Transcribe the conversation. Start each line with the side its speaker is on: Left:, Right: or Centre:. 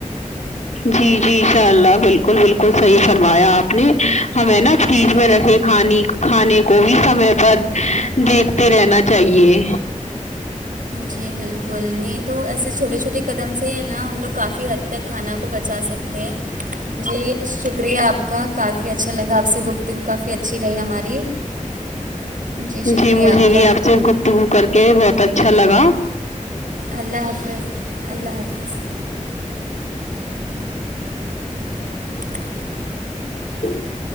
Left: جی جی انشاء اللہ بالکل بالکل صحیح فرمایا آپ نے ہمیں نا فریج
Right: جی
Left: میں رکھے کھانی کھانے کو بھی سمے پر دیکھتے رہنا چاہیے
Right: جی بالکل نہیں تو ایسے چھوٹے چھوٹے قدم سے ہی ہے نا ہم لوگ کافی حد تک کھانا کو بچا سکتے پ جی شکریہ آپ کا کافی اچھا لگا آپ سے گفتگو کافی اچھی رہی ہماری <inaudible> شکریہ
Left: جی مجھے
Right: کا
Left: بھی آپ سے گفتگو کر کے بہت اچھا لگا
Right: اللہ حافظ اللہ حافظ <inaudible>
Left: ج <inaudible>